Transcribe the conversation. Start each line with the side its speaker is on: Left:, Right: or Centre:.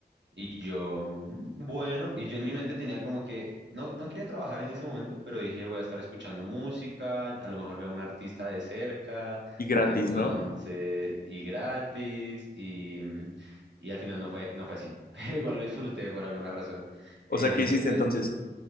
Right: Y yo, "Mm, bueno, y yo en mi mente tenía como que, no, no quería trabajar en ese momento, pero dije, voy a estar escuchando música, a lo mejor veo un artista de cerca,
Left: Y gratis,
Right: entonces,
Left: ¿no?
Right: y gratis, y, mm, y al final no fue, no fue así, <laughs> pero igual lo disfruté por alguna razón. Eh,
Left: O sea, ¿qué hiciste entonces?